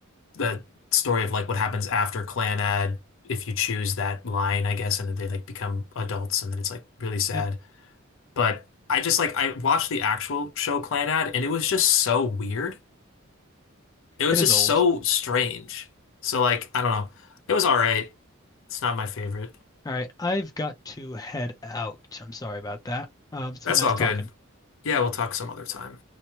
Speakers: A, on the left (about 65°); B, on the left (about 20°).
A: the story of like what happens after Clannad if you choose that line, I guess, and then they like become adults and then it's like really sad.
B: Yep.
A: But I just like I watched the actual show Clannad and it was just so weird. It was
B: It is
A: just
B: old.
A: so strange. So like I don't know. It was all right. It's not my favorite.
B: All right, I've got to head out. I'm sorry about that. Um, it's
A: That's
B: been nice
A: all
B: talking.
A: good. Yeah, we'll talk some other time.